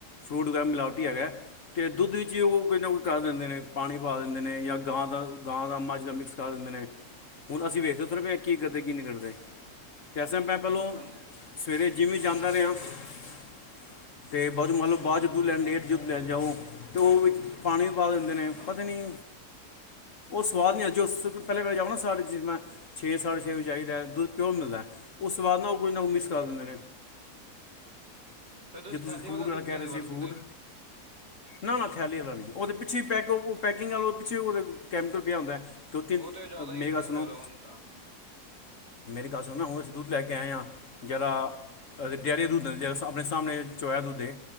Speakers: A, on the left; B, on the right.
A: ਫਰੂਟ ਵਗ਼ੈਰਾ ਮਿਲਾਵਟੀ ਹੈਗਾ ਤੇ ਦੁੱਧ ਵਿੱਚ ਵੀ ਓ ਕੁਜ ਨਾ ਕੁਜ ਕਰ ਦਿੰਦੇ ਨੇ ਪਾਣੀ ਪਾ ਦਿੰਦੇ ਦਿੰਦੇ ਨੇ ਜਾਂ ਗਾਂ ਦਾ, ਗਾਂ ਦਾ, ਮੱਝ ਦਾ ਮਿਕਸ ਕਰ ਦਿੰਦੇ ਨੇ। ਹੁਣ ਅਸੀਂ ਵੇਖਦੇ ਥੋੜ੍ਹੇ ਪਏ
B: ਹੂੰ
A: ਕੀ ਕਰਦੇ ਕੀ ਨਹੀਂ ਕਰਦੇ ਅਤੇ ਇਸ ਟਾਈਮ ਮੈਂ ਪਹਿਲੋਂ
B: ਹਾਂਜੀ
A: ਸਵੇਰੇ ਜਿਮ ਵੀ ਜਾਂਦਾ ਰਿਹਾ ਅਤੇ ਬਾਦੂ ਮਤਲੱਬ ਲਓ
B: ਹੂੰ
A: ਬਾਅਦ ਦੁੱਧ ਲੈਣ ਲੇਟ ਜਾਂ ਲੈਣ ਜਾਓ ਅਤੇ ਉਹ ਵਿੱਚ ਪਾਣੀ ਵੀ ਪਾ ਦਿੰਦੇ ਨੇ
B: ਅੱਛਾ
A: ਪਤਾ ਨੀ ਉਹ ਸੁਵਾਦ ਨਹੀਂ ਓਸ ਚ ਸ ਤੋਂ ਪਹਿਲੇ ਪਹਿਲੇ ਜਾਓ ਨਾ ਸਾਰੇਾ ਚਿਸਜ਼ਾਂ <unintelligible> ਛੇ ਸਾਡੇ ਛੇ, ਜਾਈਦਾ ਦੱਧ ਪਿਓਰ ਮਿਲਦਾ। ਉਸ ਤੋਂ ਵਾਦ ਨਾ ਉਹ ਕੋਈ ਨਾ ਕੋ ਮਿਕਸ ਕਰ ਦਿੰਦੇ ਨੇ।
B: ਫੇਰ ਤੁਸੀਂ
A: ਜੇ
B: ਥੈਲ਼ੀ ਵਾਲਾ
A: ਫੂਡ
B: ਦੁੱਧ ਤਾ
A: ਕਹਿ
B: ਨੀ
A: ਰਹੇ
B: ਵਰਤਦੇ?
A: ਸੀ ਫੂਡ ਨਾ, ਨਾ ਥੈਲੀ ਵਾਲਾ ਨਹੀਂ ਓਂ ਤੇ ਪਿੱਛੇ ਈ ਪੈਕ ਹੋ ਪੈਕਿੰਗ ਵਾਲਾ ਪਿੱਛੇ ਕੈਮੀਕਲ ਪਿਆ ਹੁੰਦਾ
B: ਹਮ
A: ਕਿਉਂਕਿ
B: ਉਹ ਤੇ ਜ਼ਿਆਦਾ ਹੀ
A: ਮੇਰੀ
B: ਫਿਰ
A: ਗੱਲ ਸੁਣੋ
B: ਉਹ ਹੁੰਦਾ ਹਾਂਜੀ
A: ਮੇਰੀ ਗੱਲ ਸੁਣ ਨਾ ਹੁਣ ਅਸੀਂ ਦੁੱਧ ਲੈ ਕੇ ਆਏ ਹਾਂ ਜ਼ਿੜਾ
B: ਹਾਂਜੀ ਹਮ
A: ਡੇਅਰੀਆਂ ਦੁੱਧ ਜਿ ਸਾਮਣੇ, ਸਾਮਣੇ ਚੋਇਆ ਦੁੱਧ ਏ